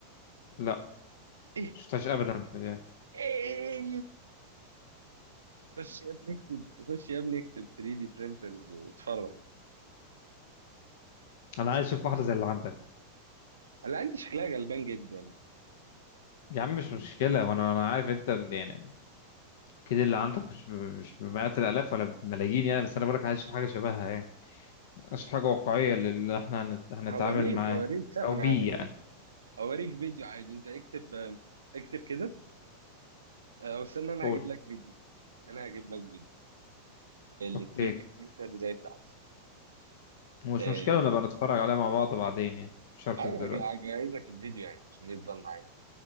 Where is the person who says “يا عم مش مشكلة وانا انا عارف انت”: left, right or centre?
Left